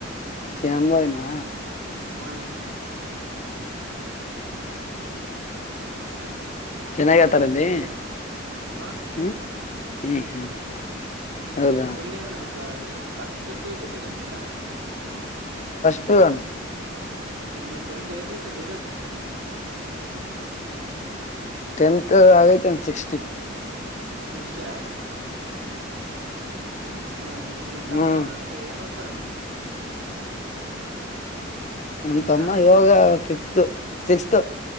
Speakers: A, on the left; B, on the right.
A: ಕೆಂಭಾವಿ ನಾ
B: ಹಣ <unintelligible> ಹವಾಾ
A: ಚೆನ್ನಾಗಿ
B: <inaudible>
A: ಆತಾರ ಅಲ್ಲಿ
B: ನಿಮ್ದೇನ್ ಆ ಅಣ್ಣ,,,
A: ಹ್ಮ್ ಹ್ಮ್ ಹ್ಮ್
B: -
A: ಹೌದಾ
B: ನಿಮ್ದೇನು ಫಸ್ಟ್ ಪ್ಯೂಸ್, ಸೆಕೆಂಡ್ ಪ್ಯೂಸ್ಣ
A: ಸಗಣ <unintelligible>
B: ಹ್ಮ, ಟೆಂತ್ ಏಟ್ ಐತಲ್ಲ ರಿಸಲ್ಟ್
A: ಟೆಂತಆಗೈತಿ ಸಿಕ್ಸ್ಟಿ.
B: ಸಿಕ್ಸ್ಟಿ ಅಣ್ಣ. ಹ ನಿಮ್ ತಮ್ಮಏನ
A: ಹ್ಮ್
B: ತ್ತಣ <unintelligible>
A: ನಮ್ಮ ತಮ್ಮ
B: ಅಣ್ಣ
A: ಇವಾಗ ಫಿಫತ್, ಸಿಕ್ಸ್ತ್-